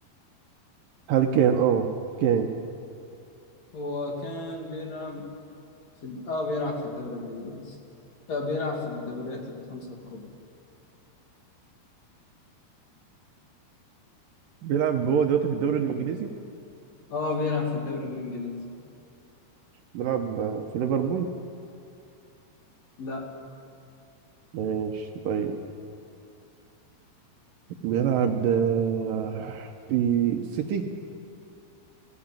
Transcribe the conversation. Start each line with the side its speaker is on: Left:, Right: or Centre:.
Right: هل كان اه كان
Left: هو كان بيلعب في ال- اه بيلعب في الدوري الانجليزي آه بيلعب في الدوريات الخمسة الكبرى
Right: بيلعب هو دلوقتي في الدوري الانجليزي
Left: اه بيلعب في الدوري الانجليزي
Right: بيلعب آه، في ليفربول
Left: لا
Right: ماشي طيب بيلعب آه، في سيتي